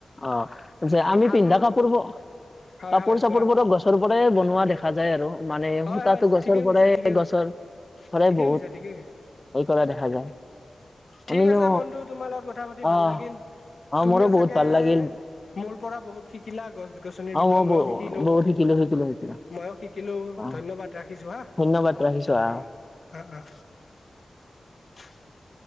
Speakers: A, on the left; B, on the left.
A: অ যে আমি
B: আলু
A: পিন্ধা কাপোৰবোৰ,
B: হয়
A: কাপোৰ
B: হয়
A: চাপোৰবোৰ
B: কোৱা
A: গছৰ সদায় বনোৱা দেখা যায় আৰু মানে
B: হয়
A: সূতাটো
B: হয়
A: গছৰ
B: ঠিকে কৈছা
A: পৰাই
B: ঠিকে কৈছা
A: গছৰ সদায়
B: ঠিকে
A: বহুত
B: কৈছা ঠিকে কৈছা
A: এই কৰা দেখা যায়।
B: ঠিক
A: আমিনো
B: আছে বন্ধু তোমাৰ লগত কথা পাতি ভাল
A: আহ
B: লাগিল
A: অ
B: তুমিও
A: মোৰো
B: চাগে
A: বহুত ভাল লাগিল।
B: মোৰ পৰা বহুত শিকিলা গছ গছনিৰ বিষয়ে
A: অ মই বহুত শিকিলো শিকিলো শিকিলো
B: ময়ো শিকিলো।
A: অ
B: ধন্যবাদ ৰাখিছো হা,
A: ধন্যবাদ ৰাখিছো আহ
B: অ অ। <unintelligible>